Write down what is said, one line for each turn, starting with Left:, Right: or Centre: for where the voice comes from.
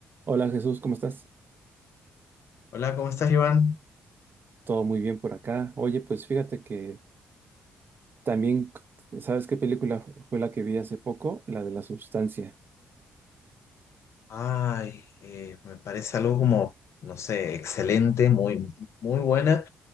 Right: Hola Jesús, ¿cómo estás?
Left: Hola, ¿cómo estás, Iván?
Right: Todo muy bien por acá. Oye, pues fíjate que también, ¿sabes qué película fu- fue la que vi hace poco? La de la sustancia.
Left: Ay, eh, me parece algo como, no sé, excelente, muy, muy buena.